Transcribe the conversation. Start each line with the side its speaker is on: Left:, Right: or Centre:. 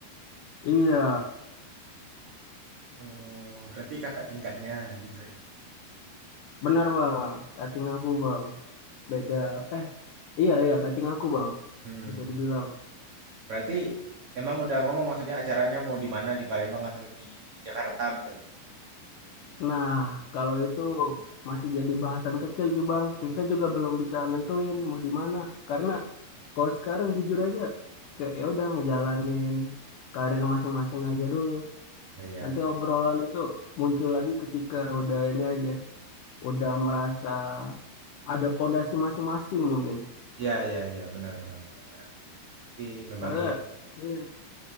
Left: Iya,
Right: Hmm, berarti kakak tingkatnya gitu ya.
Left: benar bang, kating aku bang. Beda, eh iya iya kating aku bang,
Right: Hmm.
Left: bisa dibilang.
Right: Berarti emang udah ngomong maksudnya acaranya mau di mana, di Palembang atau di Jakarta misalnya?
Left: Nah, kalau itu masih jadi bahasan kecil sih bang. Kita juga belum bisa nentuin mau di mana. Karena kalau sekarang jujur aja, kayak ya udah ngejalanin karir masing-masing aja dulu.
Right: Oh iya.
Left: Nanti obrolan itu muncul lagi ketika udah ini aja. udah merasa ada pondasi masing-masing mungkin.
Right: Iya, iya, iya, benar, benar, benar, benar. Tapi memang
Left: Karena
Right: iya.
Left: iya,